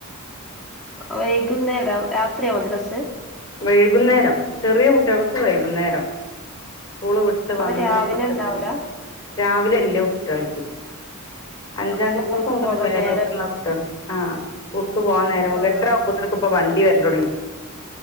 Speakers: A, in the centre; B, on the left.
A: വൈകുന്നേരം രാത്രിയാ മദ്രസെ
B: വൈകുന്നേരം ചെറിയ കുട്ടികൾക്ക് വൈകുന്നേരം സ്കൂള് വിട്ട്
A: അപ്പൊ
B: വന്നെ
A: രാവിലെ
B: അപ്പെ
A: ഉണ്ടാവൂല
B: തന്നെ രാവിലെ വല്യ കുട്ടികൾക്ക് അഞ്ചാം
A: സ്കൂൾക്ക്
B: ക്ലാസ് മുതല്
A: പോകാൻ
B: മേലോട്ടുള്ള
A: നേരം
B: കുട്ടികള് ആ സ്കൂൾക്ക് പോകാൻ നേരം ആകുമ്പേ
A: ആഹ്
B: എട്ടരാവും ഇതിന്ക്കിപ്പെ വണ്ടി വരല് തുടങ്ങി